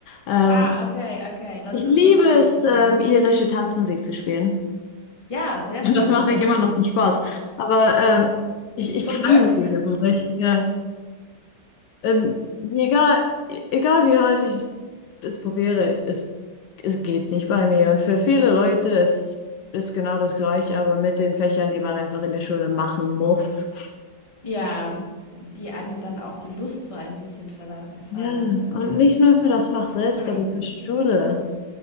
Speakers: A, on the left; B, on the left.
A: Ähm,
B: Ah, okay, okay. Das
A: ich liebe
B: ist natürlich,
A: es,
B: ähm
A: ähm, irische Tanzmusik zu spielen. <laughs>
B: ja, sehr
A: Das
B: schön,
A: mache
B: sehr
A: ich immer
B: schön.
A: noch zum Spaß. Aber ähm, ich, ich
B: Zum
A: kann
B: Glück.
A: Musik, aber ich, ja. Ähm, egal, egal wie hart ich es probiere, es, es geht nicht bei mir. Und für viele Leute ist, ist genau das Gleiche, aber mit den Fächern, die man einfach in der Schule machen muss.
B: Ja, die einem dann auch die Lust so ein bisschen verda ver
A: Ja, und nicht nur
B: äh,
A: für das Fach selbst,
B: reiben.
A: aber für die Schule.